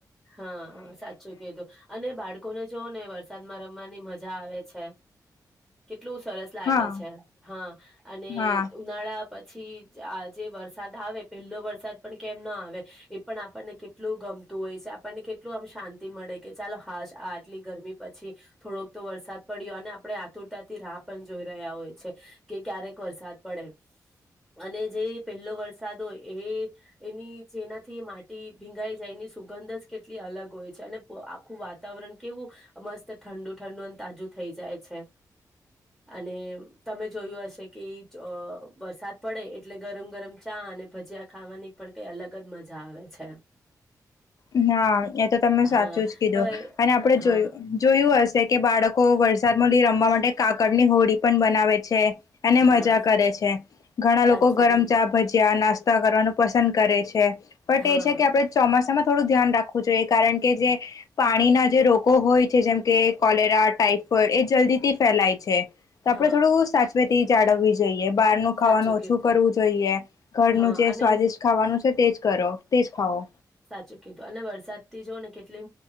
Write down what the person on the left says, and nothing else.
હા
હા
હા એ તો તમે સાચું
જ કીધું
અને આપડે
જોયું જોયું હશે જે કે બાળકો વરસાદમાં રમવા માટે કાગડ ની હોડી પણ બનાવે છે અને
મજા કરે છે ઘણા
લોકો ગરમ
ચા ભજયા નાસ્તા કરવાનું પસંદ કરે છે પણટ
એ છે કે આપડ ચોમાસામાં થોડું ધ્યાન રાખવું જોઈએ કારણ કે જે પાણીના જે રોગો હોય છે જેમ કે કોલેરા ટાઈપ ફ એ જલ્દી થી ફેલાય છે તો આપડે
થોડું સાચવેથી જાળવવી જોઈએ બહારનું ખાવાનું
ઓછું
કરવું જોઈએ ઘરનું
જે
સ્વાદિષ્ટ ખાવાનું છે તેજ કરો તેજ ખાઓ